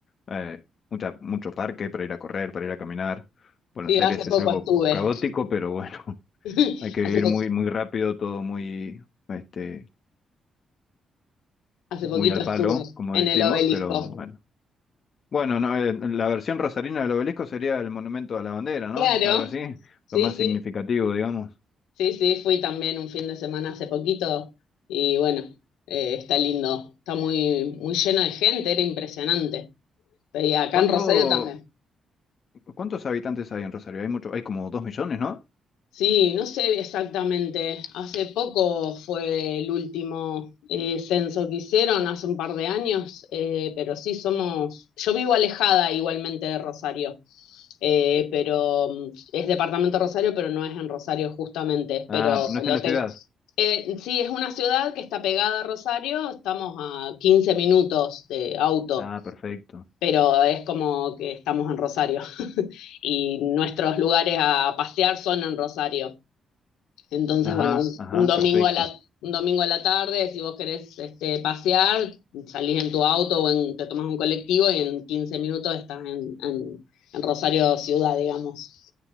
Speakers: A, on the left; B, on the left.
A: eh, mucha, mucho parque para ir a correr, para ir a caminar. Buenos
B: Sí, hace
A: Aires es
B: poco
A: algo
B: estuve.
A: caótico, pero bueno, <laughs>
B: <laughs>
A: hay que
B: Hace
A: vivir
B: po-
A: muy, muy rápido, todo muy, este,
B: hace poquito
A: muy al
B: estuve
A: palo, como
B: en
A: decimos,
B: el obelisco.
A: pero bueno. Bueno, no, eh, la versión rosarina del obelisco sería el monumento a la bandera, ¿no?
B: Claro,
A: Algo así,
B: sí,
A: lo más
B: sí.
A: significativo, digamos.
B: Sí, sí, fui también un fin de semana hace poquito y bueno, eh, está lindo, está muy, muy lleno de gente, era impresionante. Y acá
A: ¿Cuánto,
B: en Rosario también.
A: cuántos habitantes hay en Rosario? Hay mucho, hay como dos millones, ¿no?
B: Sí, no sé exactamente, hace poco fue el último eh, censo que hicieron, hace un par de años, eh, pero sí somos, yo vivo alejada igualmente de Rosario, eh, pero mm, es departamento Rosario, pero no es en Rosario justamente,
A: Ah,
B: pero
A: no es
B: lo
A: en la
B: tengo.
A: ciudad.
B: Eh, sí, es una ciudad que está pegada a Rosario, estamos a 15 minutos de auto,
A: Ah, perfecto.
B: pero es como que estamos en Rosario y nuestros lugares a pasear son en Rosario. Entonces,
A: Ajá,
B: bueno, un,
A: ajá,
B: un domingo
A: perfecto.
B: a la un domingo a la tarde, si vos querés este, pasear, salís en tu auto o en, te tomas un colectivo y en 15 minutos estás en, en, en Rosario Ciudad, digamos.